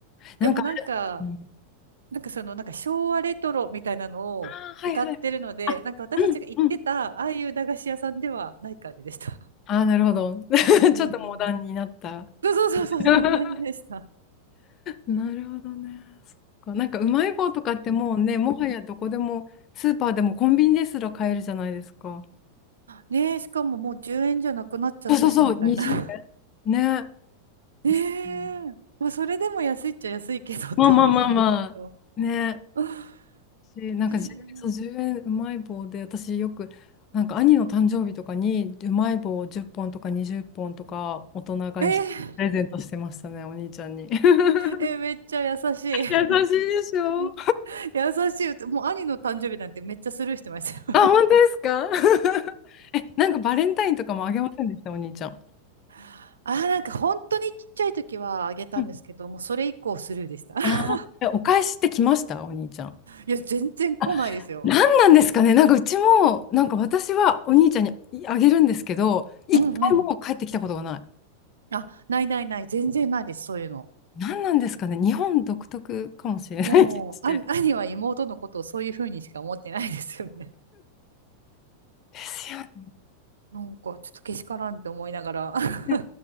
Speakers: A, on the left; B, on the right.
A: なんか、
B: でもなんか、
A: うん
B: なんかその、なんか昭和レトロみたいなのを歌ってるので、
A: ああ、はいはい。
B: なんか私たちが行ってた、
A: うんうん。
B: ああいう駄菓子屋さんではない感じでした。
A: ああ、なるほど。<laughs>
B: うん。
A: ちょっとモダンになった。
B: そうそうそうそう、
A: <laughs>
B: そんな感じでした。
A: なるほどね。そっか。なんかうまい棒とかってもうね、もはやどこでも、スーパーでもコンビニですら買えるじゃないですか。
B: ねえ、しかももう10円じゃなくなっちゃったし、
A: そうそうそう、
B: みたいな。
A: 20円。ね。
B: <laughs> ね
A: ですね
B: え。まあ、それでも安いっちゃ安いけどって感じなんですけど。
A: まあまあまあまあ。ね。
B: <laughs>
A: しなんか1円、
B: ね
A: そう、10円うえんうまい棒で、私よく、なんか兄の誕生日とかにうまい棒を10本とか20本とか大人買いしてプレゼントしてましたね、
B: ええー
A: お兄ちゃんに。<laughs>
B: えー、めっちゃ優しい。
A: 優しいでしょ
B: <laughs> 優しい歌。もう兄の誕生日なんてめっちゃスルーしてましたよ。
A: あ、本当ですか <laughs> え、なんかバレンタインとかもあげませんでした、お兄ちゃん。
B: <laughs> あー、なんか本当にちっちゃい時はあげたんですけど、
A: うん
B: もうそれ以降スルーでした。<laughs>
A: ああえ、お返しって来ました、お兄ちゃん。
B: いや、全然来ないですよ。
A: あ、何なんですかね、なんかうちも、なんか私はお兄ちゃんにあげるんですけど、一回も帰ってきたことがない。
B: うんうん。あ、ないないない。全然ないです。そういうの。
A: 何なんですかね、日本独特かもしれない気がして。
B: もう、あ、<laughs>
A: で
B: 兄は妹のことをそういうふうにしか思ってないですよね。
A: すよね。
B: <laughs> なんか、ちょっとけしからんって思いながら。<laughs>
A: ね